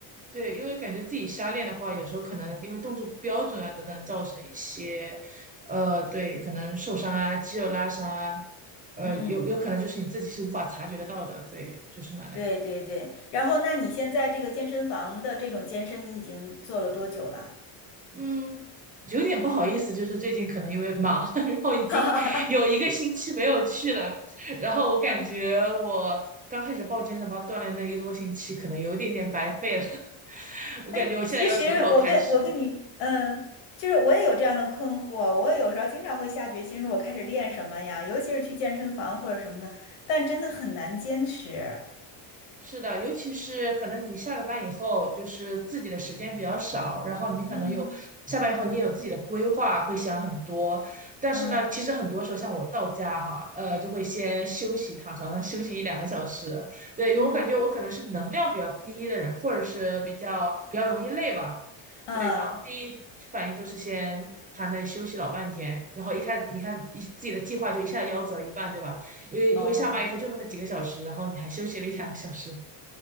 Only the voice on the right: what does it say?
对，因为感觉自己瞎练的话，有时候可能因为动作不标准啊等等，造成一些，呃，对，可能受伤啊、肌肉拉伤啊，呃，
有有可能就是你自己是无法察觉得到的，对，就是蛮那个。
嗯，有点不好意思，就是最近可能因为忙，<laughs> 然后已经有一个星期没有去了。
然后我感觉我刚开始报健身房锻炼那一个多星期，
可能有一点点白费了。<laughs> 我感觉我现在要从头开始，
是的，尤其是可能你下了班以后，就是自己的时间比较少，然后你可能有下班以后你也有自己的规划，
会想很多。但是呢，
其实很多时候像我到家哈，呃，就会先休息，躺床上休息一两个小时。对，因为我感觉我可能是能量比较低的人，
或者是比较比较容易累吧。
对，然后第一反应都是先躺那里休息老半天，然后一开始你看一自己的计划就一下夭折一半，对吧？因为因为下班以后就那么几个小时，
然后你还休息了一两个小时，